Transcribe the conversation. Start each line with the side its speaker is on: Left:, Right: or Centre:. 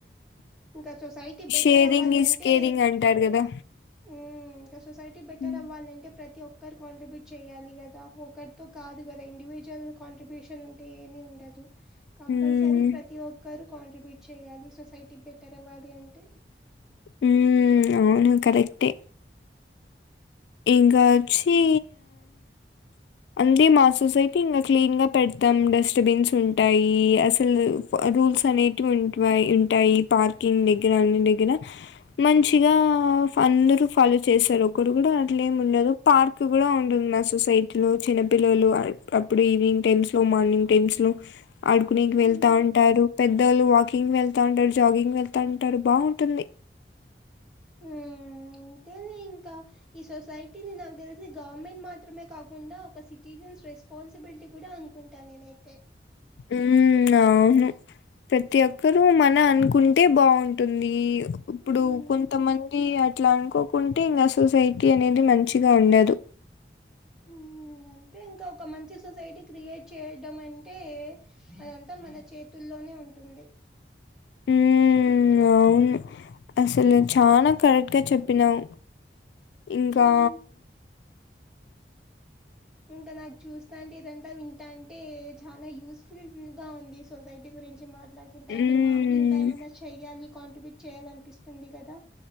Centre: ఇంక సొసైటీ బెటర్
Left: షేరింగ్
Centre: అవ్వాలంటే
Left: ఈజ్ కేరింగ్ అంటారు కదా
Centre: మ్ ఇంకా సొసైటీ బెటర్
Left: ఉమ్
Centre: అవ్వాలంటే ప్రతి ఒక్కరు కాంట్రిబ్యూట్ చేయాలి కదా ఒ ఒకరితో కాదు కదా ఇండివిజ్వల్ కాంట్రిబ్యూషన్ ఉంటే ఏమి ఉండదు కంపల్సరీ
Left: ఉమ్
Centre: ప్రతి ఒక్కరు కాంట్రిబ్యూట్ చేయాలి సొసై టీ బెటర్ అవ్వాలి అంటే
Left: ఉమ్ అవును కరెక్టే ఇంకాచ్చి
Centre: మ్మ్
Left: అంతే మా సొసైటీ ఇంకా క్లీన్ గా పెడతాం డస్ట్బిన్స్ ఉంటాయి అసలు రూ రూల్స్ అనేటివి ఉంట్వాయి ఉంటాయి పార్కింగ్ దగ్గర అన్నిటి దగ్గర మంచిగా అందరూ ఫలు చేశారు ఒకరు కూడా అట్లా ఏం ఉండదు పార్క్ కూడా ఉంటుంది మా సొసైటీ లో చిన్నపిల్లలు అప్పుడప్పుడు ఈవినింగ్ టైమ్స్ లో మార్నింగ్ టైమ్స్ లో ఆడుకునికి
Centre: హ్మ్
Left: వెళ్తా ఉంటారు పెద్దోళ్ళు వాకింగ్ కింగ్ వెళ్తా ఉంటారు జాగింగ్ వెళ్తా ఉంటారు బాగుంటుంది
Centre: ఉహూ ఉంటది ఇంకా ఈ సొసైటీని నాకు తెలిసి గవర్నమెంట్ మాత్రమే కాకుండా ఒక సిటిజన్ రెస్పాన్సిబుల్ లిటి కూడా అనుకుంటాను నేనైతే
Left: ఉమ్ అవును ప్రతి ఒక్కరు మన అనుకుంటే బాగుంటుంది ఇప్పుడు
Centre: హ్మ్
Left: కొంతమంది అ అట్లా అనుకోకుంటే ఇంకా సొసైటీ అనేది మంచిగా ఉండదు
Centre: ఉమ్ అంతే ఇంకా ఒక మంచి సొసైటీ క్రియేట్ చేయడం అంటే ఆ ంత మన చేతుల్లోనే ఉంటుంది
Left: ఉమ్ అవు ను అసలు చానా కరెక్ట్ గా చెప్పినావ్ ఇంకా
Centre: హ్మ్. ఇంకా నాకు చూస్తా అంటే ఇదంతా వింటా అంటే చాలా యూస్ఫుల్ గా ఉంది సొసైటీ గురించి మా మాట్లాడుకుంటే అంటే
Left: ఉమ్
Centre: మాకు ఇంకా ఏమైనా చెయ్యాలి కాంట్రిబ్యూట్ చెయాలి అనిపిస్తుంది కదా